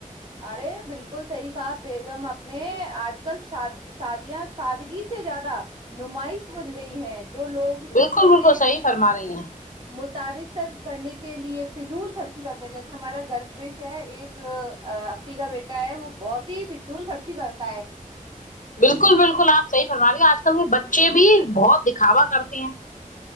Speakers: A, on the right; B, on the left.
A: ارے بالکل کو صحیح کہا بیگم اپنے آج کل شادیاں سادگی سے زیادہ نمائش بن گئی ہے جو لوگ
B: بالکل
A: دوسروں
B: بالکل
A: کے
B: صحیح فرما رہی ہیں
A: متعارثر کرنے کے لیے فضول خرچی کرتے جیسے ہمارا گروش ہے ایک اپی کا بیٹا ہے وہ بہت ہی فضول خرچی کرتا ہے
B: بالکل بالکل آپ صحی فرمانی ہو آج کل کے بچے بھی بہت دکھاوا کرتے ہیں